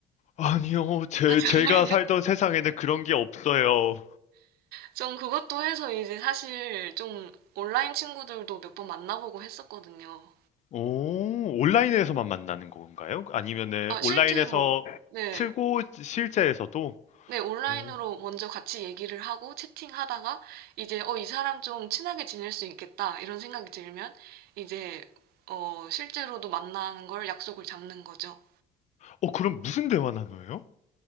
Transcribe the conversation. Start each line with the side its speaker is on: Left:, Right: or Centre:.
Left: 아니요, 제,
Right: 아, 정말요?
Left: 제가 살던 세상에는 그런 게 없어요.
Right: 전 그것도 해서 이제 사실 좀 온라인 친구들도 몇 번 만나보고 했었거든요.
Left: 오, 온라인에서만 만나는 건가요? 아니면은
Right: 아,
Left: 온라인에서
Right: 실제로, 네.
Left: 틀고 실제에서도?
Right: 네, 온라인으로
Left: 오,
Right: 먼저 같이 얘기를 하고 채팅하다가 이제 어, 이 사람 좀 친하게 지낼 수 있겠다 이런 생각이 들면 이제 어, 실제로도 만나는 걸 약속을 잡는 거죠.
Left: 어, 그럼 무슨 대화 나눠요?